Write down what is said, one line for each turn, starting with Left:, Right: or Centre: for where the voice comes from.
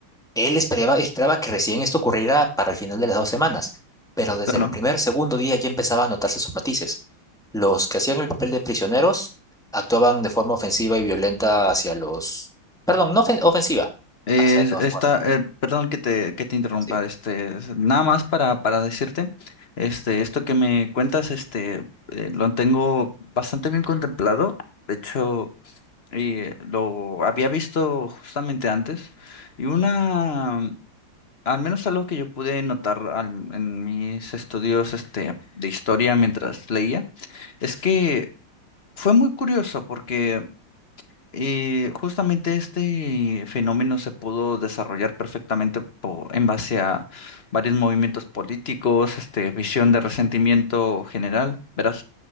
Centre: él esperaba, esperaba que recién esto ocurriera para el final de las dos semanas, pero desde
Left: claro.
Centre: el primer, segundo día ya empezaba a notarse sus matices. Los que hacían el papel de prisioneros actuaban de forma ofensiva y violenta hacia los... Perdón, no ofen- ofensiva,
Left: Eh,
Centre: hacia los
Left: esta,
Centre: guardias.
Left: eh, perdón que te, que te interrumpa,
Centre: Sí.
Left: este, nada más para, para decirte, este, esto que me cuentas, este, eh, lo tengo bastante bien contemplado. De hecho, eh, lo había visto justamente antes. Y una Al menos algo que yo pude notar al- en mis estudios este, de historia mientras leía, es que fue muy curioso porque eh, justamente este fenómeno se pudo desarrollar perfectamente po- en base a varios movimientos políticos, este, visión de resentimiento general, ¿verdad?